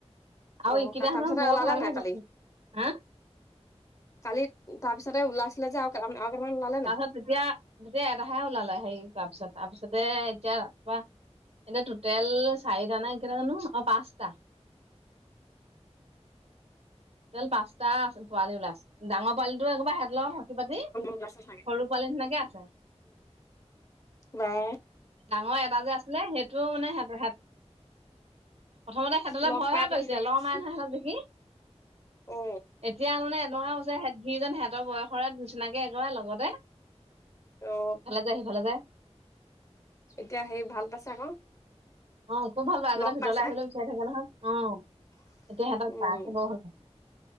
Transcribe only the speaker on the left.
অ
তাৰপিছতে
ওলালে
নাই
কালি
কালি তাৰপিছতে, ওলাইছিলে যে আৰু আৰু কেইটামান ওলালে
নে নাই?
ওলাইছে চাগে
বা <unintelligible>
লগ
পাই পেলাই
ধুনীয়াকে
আছে
অ
অ
এতিয়া হেৰি, ভাল পাইছে আকৌ।
লগ
পাইছে
উম